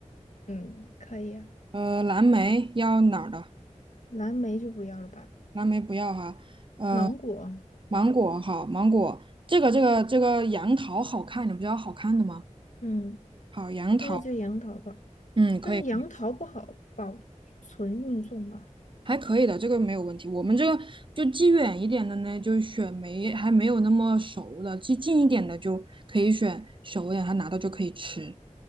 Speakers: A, on the left; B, on the right.
A: 嗯，可以啊，
B: 呃蓝莓要哪儿的？
A: 蓝莓就不要了吧，
B: 蓝莓不要哈，呃，
A: 芒果，
B: 芒果好，
A: 哎，
B: 芒果这个这个这个杨桃好看，你不是要好看的吗？
A: 嗯，
B: 好，杨桃，
A: 那就杨桃吧。
B: 嗯，可以，
A: 但是杨桃不好保存运送吧？
B: 还可以的，这个没有问题。我们这个就寄远一点的呢，就选没还没有那么熟的，寄近一点的就可以选熟一点，它拿到就可以吃。